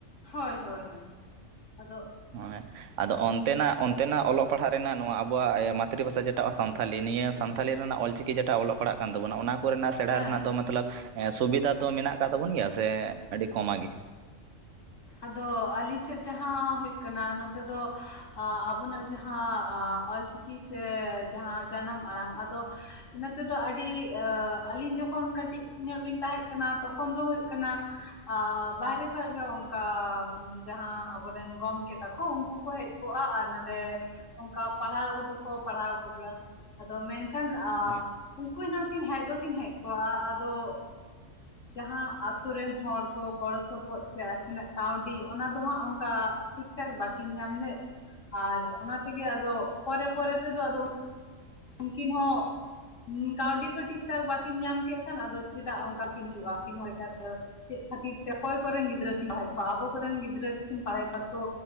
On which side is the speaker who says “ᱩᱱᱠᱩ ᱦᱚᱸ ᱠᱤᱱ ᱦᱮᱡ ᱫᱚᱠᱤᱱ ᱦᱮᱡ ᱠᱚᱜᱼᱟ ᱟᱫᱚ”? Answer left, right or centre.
Left